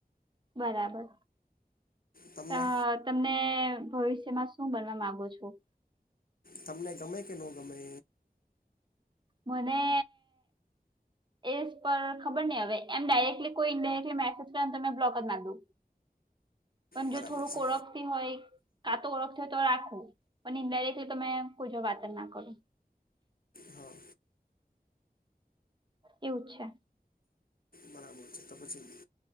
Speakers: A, on the right; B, on the left.
A: બરાબર
B: તમને
A: ત તમને ભવિષ્યમાં શું બનવા માંગો છો
B: તમને ગમે કે ન ગમે
A: મને એ પર ખબર નહી હવે એમ ડાયરેક્ટલી કોઈ ઇન્ડાયરેક્ટલી મેસેજ કરે ને તમે બ્લોક જ મામાં દો પણ
B: બરાબર
A: જે થોડું
B: છે
A: કોળક હોય કાતો ઓળખ હોય તો રાખવું પણ ઇન્ાયક્ટલી તમે કોઈ જો વાતન ના કરો
B: હા
A: એવું જ છે
B: બરાબર છે તો પછી નહીં